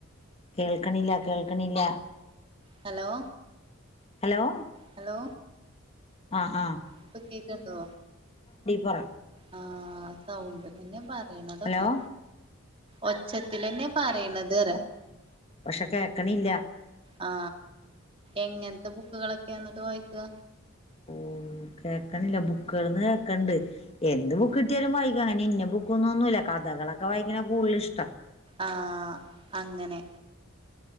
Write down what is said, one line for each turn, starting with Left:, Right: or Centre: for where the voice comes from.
Left: കേൾക്കണില്ല കേൾ കണില്ല
Right: ഹലോ
Left: ഹലോ
Right: ഹലോ
Left: ആ ആ
Right: ഇപ്പം കേക്കണുണ്ടോ?
Left: പറ
Right: ആ സൗണ്ടി തന്നെയാ പറയുന്നതൊക്കെ.
Left: ഹലോ
Right: ഒച്ചത്തിലന്നെ പറയണത്
Left: പക്ഷെ കേക്കണില്ല
Right: ആ, എങ്ങനത്തെ കു ബുക്കുകൾ ഒക്കെ എന്നത് വായിക്കുക
Left: ഓ കേൾക്കണില്ല ബുക്കുകളെന്ന് കേക്കണുണ്ട് എന്ത് ബുക്ക് കിട്ടിയാലും വായിക്കും, അങ്ങനെ ഇന്ന ബുക്കെന്നൊന്നുമില്ല കഥകളൊക്കെ വായിക്കണ കൂടുതലിഷ്ടം.
Right: ആ, അങ്ങനെ